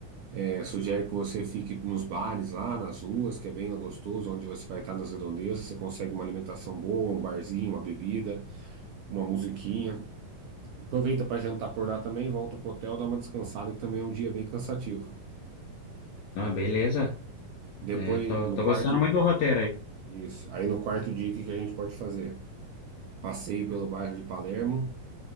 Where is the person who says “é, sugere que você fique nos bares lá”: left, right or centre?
Right